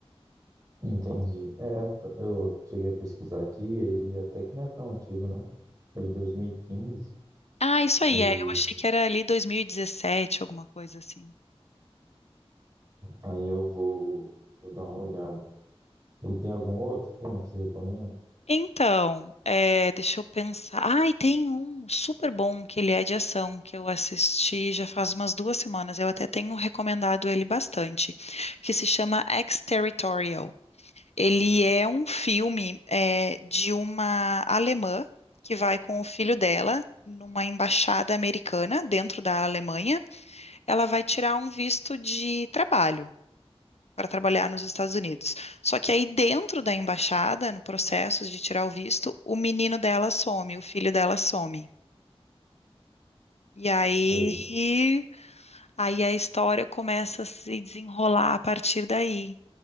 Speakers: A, on the right; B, on the left.
A: Entendi. É, t- eu cheguei a pesquisar aqui, ele até que não é tão antigo, não. É de 2015.
B: Ah, isso
A: E
B: aí,
A: quinze.
B: é, eu achei
A: E
B: que era ali 2017, alguma coisa assim.
A: aí eu vou, vou dar uma olhada. E tem algum outro filme que você recomenda?
B: Então, é, deixa eu pensar. Ai, tem um super bom que ele é de ação, que eu assisti já faz umas duas semanas. Eu até tenho recomendado ele bastante, que se chama Ex-Territorial. Ele é um filme é, de uma alemã que vai com o filho dela numa embaixada americana dentro da Alemanha. Ela vai tirar um visto de trabalho para trabalhar nos Estados Unidos. Só que aí dentro da embaixada, no processo de tirar o visto, o menino dela some, o filho dela some. E aí,
A: Sei.
B: aí a história começa a se desenrolar a partir daí.